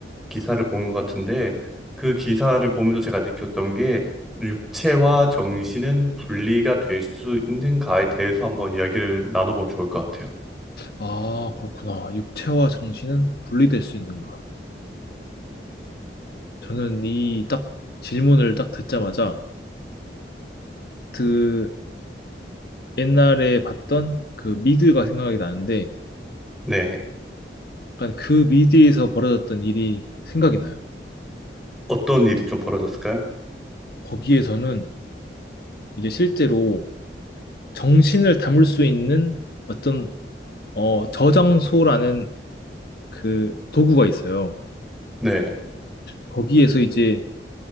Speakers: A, in the centre; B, on the left (about 60°).
A: 기사를 본 것 같은데, 그 기사를 보면서 제가 느꼈던 게, 육체와 정신은 분리가 될 수 있는가에 대해서 한번 이야기를 나눠보면 좋을 것 같아요.
B: 아, 그렇구나. 육체와 정신은 분리될 수 있는가? 저는 이 딱 질문을 딱 듣자마자 그 옛날에 봤던 그 미드가 생각이 나는데
A: 네.
B: 약간 그 미드에서 벌어졌던 일이 생각이 나요.
A: 어떤 일이 좀 벌어졌을까요?
B: 거기에서는 이제 실제로 정신을 담을 수 있는 어떤 어, 저장소라는 그 도구가 있어요.
A: 네,
B: 거기에서 이제